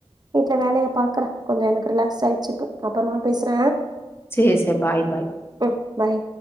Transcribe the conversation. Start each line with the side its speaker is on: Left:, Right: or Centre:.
Right: வீட்டுல வேலய பாக்கற கொஞ்சோ எனக் ரிலாக்ஸ் ஆயிச்சி இப்போ அப்றமா பேசுற
Left: சே சே பாய் பாய்
Right: ம் பாய்